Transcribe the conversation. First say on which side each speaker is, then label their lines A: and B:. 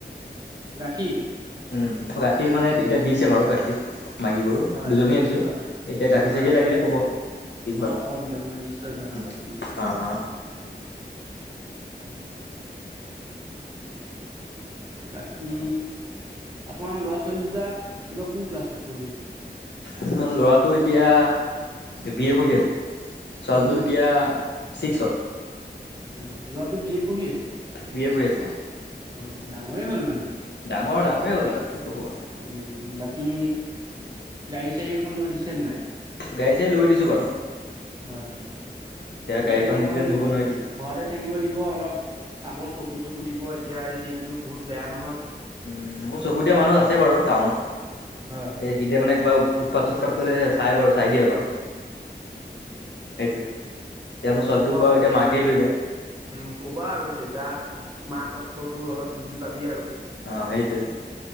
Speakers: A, on the right; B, on the left.
A: গাখীৰ।
B: উম গাখীৰ মানে এতিয়া দিছে বাৰু গাখীৰ মাইকী গৰু
A: হয়
B: দুজনীয়ে আনিছো।
A: হয়
B: এতিয়া
A: হয়
B: গাখীৰ
A: হয়
B: চাখীৰ লাগিলে ক'ব দিম
A: অ
B: বাৰু
A: কম দিয়ক মই নিশ্চয় জনাম আপোনাক
B: অ অ।
A: বাকী
B: অ
A: আপোনাৰ ল'ৰা ছোৱালী দুটা এইবাৰ কোন ক্লাছত পঢ়ি আছে?
B: আপোনাৰ ল'ৰাটো এতিয়া বি এ পঢ়ি আছে, ছোৱালীটো
A: বি
B: এতিয়া
A: এ
B: ছিক্সত।
A: অ লৰাটো বিএ পঢ়ি আছে?
B: বি এ পঢ়ি অ।
A: অ ডাঙৰে হ'ল মানে।
B: ডাঙৰ ডাঙৰে হ'ল আৰু। ক'ব আৰু
A: উম বাকী গাড়ী চাৰী এখন লৈ দিছে নাই?
B: গাড়ী চাৰি লৈ দিছো বাৰু।
A: হয় হয়।
B: এতিয়া
A: বেছি
B: গাড়ীখন
A: অকন
B: নিদিলে নহ'ব নহয় এতিয়া
A: ঘৰতে থাকিব দিব অলপ চাব চকু চকো দিব এতিয়া এই দিনটো বহুত বেয়া নহয়।
B: উম মোৰ চকু দিয়া মানুহ আছে বাৰু টাউনত, সেই
A: হয় হয়
B: খিনিতে মানে কিবা উৎপাত চুটপাত কৰি চাই বাৰু চাই দিয়ে অকণ উম সেইটোৱে। এতিয়া মোৰ ছোৱালীটোক
A: ক'বা
B: বাৰু
A: আৰু
B: এতিয়া
A: দেতা
B: মাকেই লৈ যায়
A: উম কবা আৰু দেতা মা কষ্ট টো অলপ অলপ বুজি পাবি আৰু।
B: অ সেইটোৱে